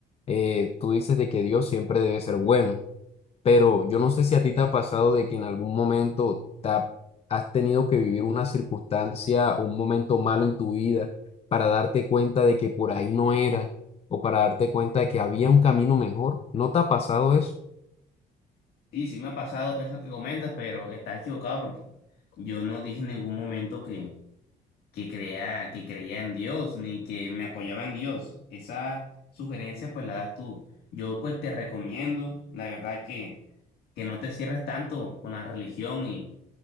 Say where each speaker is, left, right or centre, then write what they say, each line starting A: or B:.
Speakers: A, on the left; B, on the left.
A: eh, tú dices de que Dios siempre debe ser bueno. Pero yo no sé si a ti te ha pasado de que en algún momento te ha- has tenido que vivir una circunstancia, un momento malo en tu vida para darte cuenta de que por ahí no era o para darte cuenta de que había un camino mejor. ¿No te ha pasado eso?
B: Sí, sí me ha pasado eso que comentas, pero estás equivocado porque yo no dije en ningún momento que que crea, que creía en Dios, ni que me apoyaba en Dios. Esa sugerencia pues la das tú. Yo pues te recomiendo, la verdad que, que no te cierres tanto con la religión y,